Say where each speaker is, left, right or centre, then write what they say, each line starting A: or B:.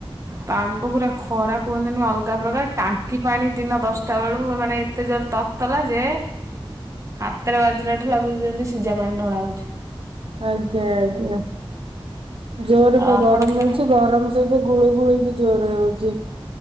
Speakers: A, on the right (about 30°); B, on the right (about 70°).
A: ପାଗ ପୁରା ଖରା କୁହନ୍ତିନି ଅଲଗା ପ୍ରକାର, ଟାଙ୍କି ପାଣି ଦିନ ଦଶଟା ବେଳୁ ମାନେ ଏତେ ଜୋର ତତଲା ଯେ, ହାତରେ ବଜିଲା ଠୁ ଲାଗୁଛି ଯେମିତି ସିଝା ପାଣି ଢଳା ହଉଛି।
B: ଆଜ୍ଞା ଆଜ୍ଞା। ଜୋର
A: ଆଉ
B: ବା
A: ଆପଣ
B: ଗରମ
A: ଖାଇଲେ?
B: ହଉଛି। ଗରମ ସହିତ ଗୁଳୁ ଗୁଳି ବି ଜୋର ହଉଛି